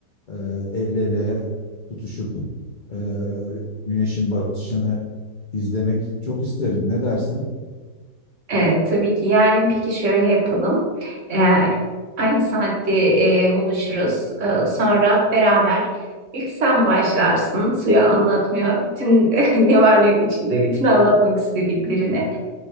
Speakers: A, on the left (about 75°); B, on the right (about 50°).
A: e, el ele tutuşup e, güneşin batışını izlemek çok isterim. Ne dersin?
B: Evet, tabii ki. Yarın peki şöyle yapalım. Ee, aynı saatte e, buluşuruz. Ee, sonra beraber ilk sen başlarsın suya anlatmaya. Bütün <laughs> ne var ne yok içinde bütün anlatmak istediklerini.